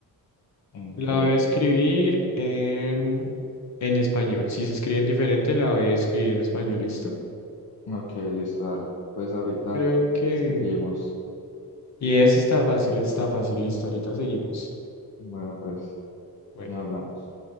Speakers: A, on the left (about 70°); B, on the left (about 45°).
A: ¿en
B: La
A: qué?
B: voy a escribir en, en español. Si se escriben diferente, la voy a escribir en español, ¿listo?
A: Ok, listo, dale. Entonces ahorita
B: Creo que...
A: seguimos.
B: Y eso está fácil, eso está fácil, listo, ahorita seguimos.
A: Bueno, pues
B: Bueno.
A: ya hablamos.